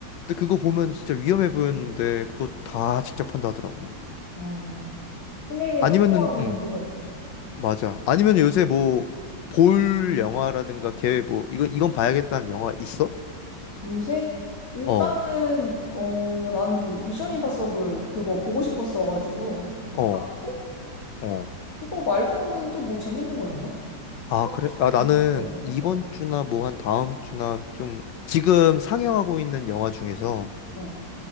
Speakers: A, on the left; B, on the left.
A: 근데 그거 보면 진짜 위험해 보였는데 그거 다 직접 한다 하더라고.
B: 어, 흥행에
A: 아니면은
B: 성공하는
A: 음.
B: 이유가 있네.
A: 맞아. 아니면 요새 뭐, 볼 영화라든가 계획 뭐, 이거, 이건 봐야겠다는 영화 있어?
B: 요새? 일단은,
A: 어,
B: 어, 나는 그 미션 임파서블 그거 보고 싶었어가지고,
A: 어,
B: 봤고,
A: 어.
B: 그거 말고는 또 뭐 재밌는 거 있나?
A: 아,
B: 딱히
A: 그래? 아, 나는
B: 없는 것 같은데?
A: 이번
B: 어,
A: 주나 뭐 한 다음 주나 좀, 지금 상영하고 있는 영화 중에서
B: 어.